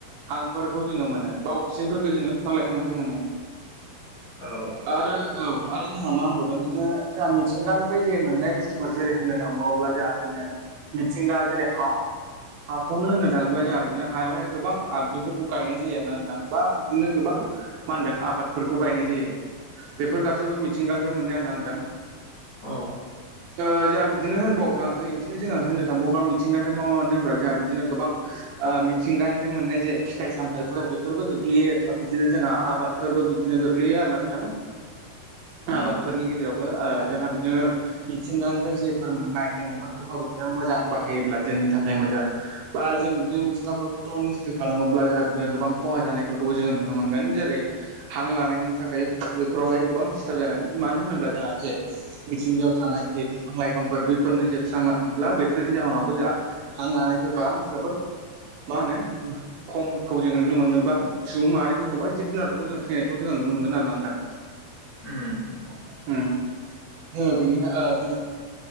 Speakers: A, on the right; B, on the left.
A: हांफोरखौ जोङो मोनो बा अक्सिजेनफोरखौ जोङो बिफां लाइफांनिफ्राय मोनो
B: औ
A: आरो औ आरो जोंहा मा होनबावदों बिदिनो जोंहा मिथिंगानिफ्राय जे मोननाय बुस्थुफोर जेरै होननो थांबावोब्ला जोंहा बिदिनो मिथिंगा जेरै हा हाखौनो होननो थाङोब्ला जोंहा बिदिनो हायावहाय गोबां आगजुफोरखौ गायनाय जायो आरो ना नोंथां बा बिदिनो गोबां मा होनदों आबादफोरखौ गायनाय जायो बेफोर गासैबो मिथिंगानिफ्राय मोननाय आरोना नोंथां
B: औ
A: ओ जोहा बिदिनो होनबाव था ओ इदिनो जोङो होननो थांबाव मिथिंगानिफ्राय मा मा मानो होनब्ला जाहा बिदिनो गोबां आ मिथिंगानिफ्राय मोननाय जे फिथाइ सामथाइफोर बेफोरबो गोग्लैयो बा बिदिनो जाहा आबाद फोरबो बिदिनो गोग्लैयो आरो ना नोंथां
B: उम
A: आबादफोरनि गेजेरावबो ओ जोंहा बिदिनो मिथिंगानिफ्राय जेफोर मोननाय जोङो बोफोरखौ बिदिनो मोजां बाहायोब्ला जोंनि थाखाय मोजां बा जोङो बिदिनो मिथिंगाफोरखौथ' निस्थ' खालामोब्ला जोंहा बिदिनो गोबां खहा जानायफोरखौबो जोङो नुनो मोनगोन जेरै हां लानायनि थाखाय बेफोरावहाय गोबां दिसथाब जागोन मानो होनोब्ला जोंहा जे मिथिंगायाव थानाय जे बिफां लाइफांफोर बैफोरनो जोबस्रांलाङोब्ला बैफोरनि जाहोनावबो जों हां लानायफोरबा जोबोद मा होनो खमखौ जोङो नुनो मोनगोन बा सुबुं माहारिफोरखौ गोबां जिब जुनारफोरखौ जोङो थैनायखौ जोंङो नुनो मोनगोन आरो ना नोंथां
B: उम नंगौ
A: उम जोंङो बेनि थाखाय